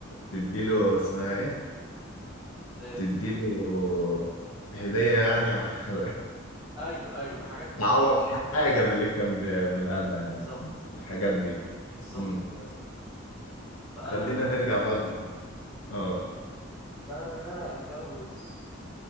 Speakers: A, on the left (about 85°); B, on the right (about 20°).
A: تدي له اسمها ايه
B: ايه
A: تدي له هديه يعني على الخ...
B: ايوه ايوه حاجات
A: <laughs>
B: من
A: تعوض
B: دي بقى
A: حاجه من اللي كان بيعملها لنا يعني
B: بالظبط
A: الحاجات دي
B: بالظبط
A: امم
B: كده يا زياد فانا
A: خلينا نرجع بقى ل- اه
B: فانا ان انا اتجوز